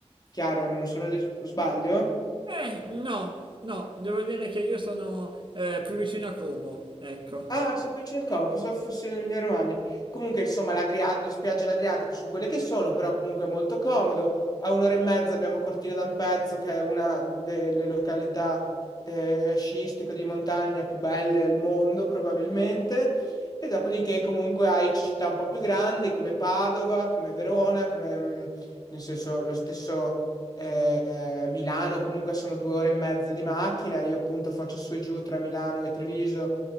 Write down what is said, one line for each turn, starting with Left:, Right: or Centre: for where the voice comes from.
Left: chiaro, non sono le... sbaglio?
Right: Eh, no, no, devo dire che io sono eh, più vicino a Como, ecco.
Left: Ah, sei più vicino al Como, pensavo fosse l'Emilia Romagna. Comunque, insomma, l'Adria- le spiagge dell'Adriatico sono quelle che sono, però comunque è molto comodo. A un'ora e mezza abbiamo Cortina d'Ampezzo, che è una delle località eh, sciistiche di montagna più belle al mondo, probabilmente. E dopodiché comunque hai città un po' più grandi come Padova, come Verona, come, mh, nel senso, lo stesso eh, Milano, comunque sono due ore e mezza di macchina. Io appunto faccio su e giù tra Milano e Treviso